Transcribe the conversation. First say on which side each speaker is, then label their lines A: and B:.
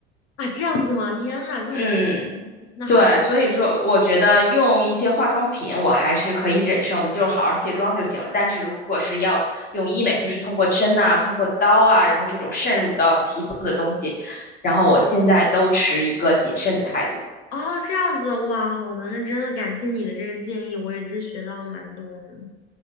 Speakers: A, on the left (about 65°); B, on the left (about 25°).
A: 啊，这样子吗？天呐，这么细
B: 嗯，
A: 那还。
B: 对，
A: 好。
B: 所以说我觉得用一些化妆品我还是可以忍受的，就是好好卸妆就行了。但是如果是要用医美，就是通过针啊、通过刀啊，然后这种渗入到皮肤的东西，然后我现在都持一个谨慎的态度。
A: 哦，这样子，哇，好的，那真的感谢你的这个建议，我也是学到了蛮多呢。